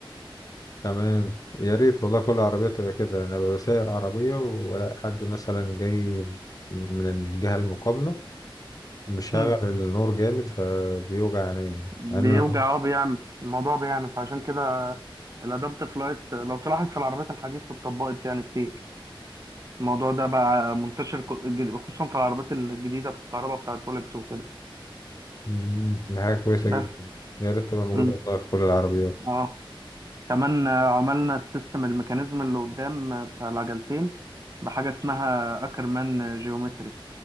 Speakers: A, on the left; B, on the right.
A: تمام يا ريت والله كل عربية تبقى كده انا ببقى سايق عربية ولا حد مثلا جاي من الجهة المقابلة مشغل
B: مم.
A: النور جامد فبيوجع عينيا
B: بيوجع
A: يعني مهم.
B: اه بيعمل الموضوع بيعمل فعشان كده الأدابتيف لايت لو تلاحظ في العربيات الحديثة اتطبقت يعني كتير الموضوع ده بقى منتشر ك- جد- خصوصا في العربيات الجديدة الكهرباء بتاعت فولكس وكده
A: مهم. دي حاجة كويسة
B: بس
A: جدا يا ريت تبقى موجودة
B: مم.
A: والله في كل العربيات
B: اه كمان آه، عملنا السيستم الميكانيزم اللي قدام آه، بتاع العجلتين بحاجة اسمها أكرمان جيومتري